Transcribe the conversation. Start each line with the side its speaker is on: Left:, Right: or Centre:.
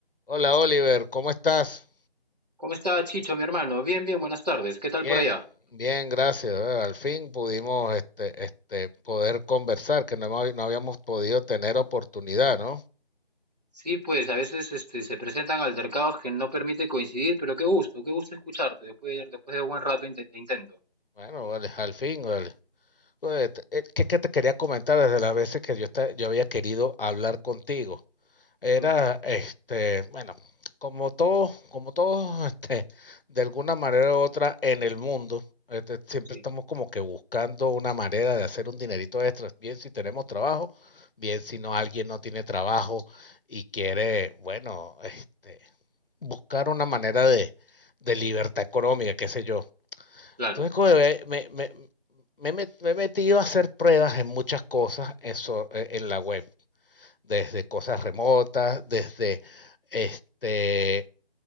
Left: Hola Oliver, ¿cómo estás?
Right: ¿Cómo está Chicho, mi hermano? Bien, bien, buenas tardes. ¿Qué tal
Left: Bien,
Right: por allá?
Left: bien, gracias. Eh, Al fin pudimos este, este, poder conversar, que no, hemos- no habíamos podido tener oportunidad, ¿no?
Right: Sí, pues a veces este, se presentan altercados que no permiten coincidir, pero qué gusto, qué gusto escucharte después de, después de un buen rato inte- de intento.
Left: Bueno, vale, al fin, vale. Pues, eh, ¿Qué, qué te quería comentar desde las veces que yo, esta- yo había querido hablar contigo? Era,
Right: Ujú,
Left: este, bueno, como todos, como todos, <laughs> este, de alguna manera u otra en el mundo, este, siempre
Right: Sí,
Left: estamos como que buscando una manera de hacer un dinerito extra, bien si tenemos trabajo, bien si no alguien no tiene trabajo y quiere, bueno, este, buscar una manera de, de libertad económica, qué sé yo.
Right: claro,
Left: Entonces, como que me, me- me he met- me he metido a hacer pruebas en muchas cosas en, so- en la web desde cosas remotas, desde este,